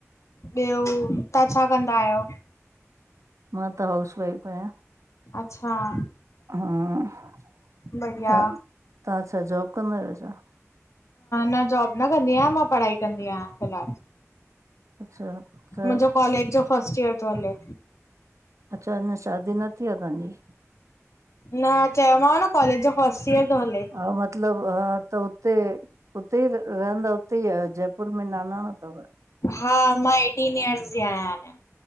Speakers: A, on the left; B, on the right.
A: ॿियो, तां छा कंदा आयो?
B: मां त हाउस वाइफ आयां।
A: अच्छा-
B: हा,
A: बढ़िया
B: त तां छा जॉब कंदा आयो छा?
A: न जॉब न कंदी आयां, मां पढ़ाई कंदी आयां फिलहाल।
B: अच्छा। त
A: मुंजो कॉलेज जो फर्स्ट ईयर तो हले।
B: अच्छा अञा शादी न थी आ तहांजी!
A: न, चयोमाव न कॉलेज जो फर्स्ट इयर तो हले।
B: हा मतलब त उते उते ई रहंदा हुते ई आयो, जयपुर में नानाणा तव?
A: हा मां एटीन इयर्स जी आयां अंञा।